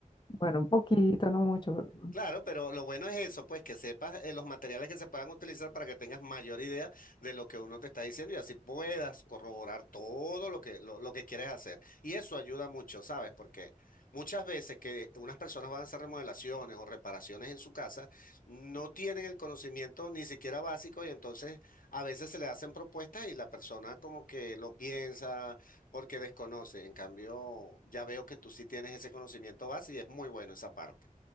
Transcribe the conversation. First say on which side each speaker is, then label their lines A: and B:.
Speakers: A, on the left; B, on the left.
A: Bueno, un poquito, no mucho. pero-
B: Claro, pero lo bueno es eso, pues que sepas eh, los materiales que se puedan utilizar para que tengas mayor idea de lo que uno te está diciendo y así puedas corroborar todo lo que, lo, lo que quieres hacer. Y eso ayuda mucho, ¿sabes? Porque muchas veces que unas personas van a hacer remodelaciones o reparaciones en su casa, no tienen el conocimiento ni siquiera básico y entonces a veces se le hacen propuestas y la persona como que lo piensa porque desconoce. En cambio, ya veo que tú sí tienes ese conocimiento base y es muy bueno esa parte.